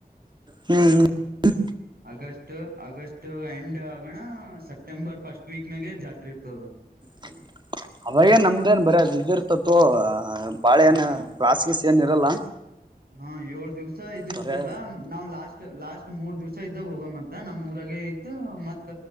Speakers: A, on the right (about 30°); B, on the right (about 75°).
A: ಹ್ಮ್ ಹ್ಮ್
B: ಆಗಸ್ಟ್ ಆಗಸ್ಟ್ ಎಂಡ್ ಆಗಣ ಸೆಪ್ಟೆಂಬರ್ ಫಸ್ಟ್ ವೀಕ್ ನಾಗ ಜಾತ್ರೆ ಇರ್ತದೆ.
A: ಹ್ಮ. <inaudible> ಅವಾಗೇ ನಮ್ದೇನ್ ಬರ ಅದ ಇರ್ತೆತೀ ತೊಗೊ ಬಾಳ ಏನ್
B: ಹ್ಮ್
A: ಕ್ಲಾಸಸ್ ಏನ್ ಇರಲ್ಲ.
B: ಹಾ ಏಳ್ ದಿವ್ಸ ಇದ
A: ಬರೇ
B: ಇರ್ತದಲ್ಲ ನಾವ್ ಲಾಸ್ಟ್. ಲಾಸ್ಟ್ ಮೂರ್ ದಿವ್ಸ ಇದ್ದಾಗ ಹೋಗಮ ಅಂತ ನಮ್ಮ್ ಊರಾಗೆ ಇದ್ದ ಮತ್ತ